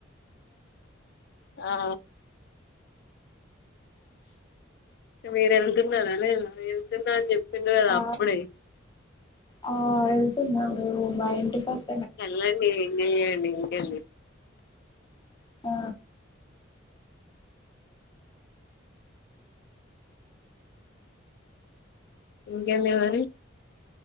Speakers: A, on the left; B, on the left.
A: ఆ మీరు వెళ్తున్నారా లేదా ఎళ్తున్న నీ చెప్ ప్పిండ్రు కదా
B: ఆ
A: అప్పుడే
B: ఆ ఎళ్తున్నాము మేము మా ఇంటి పక్
A: ఎళ్లండి ఎంజాయ్ చేయండి ఇంకేంది
B: ఆ
A: ఉ ఇంకేంది మరి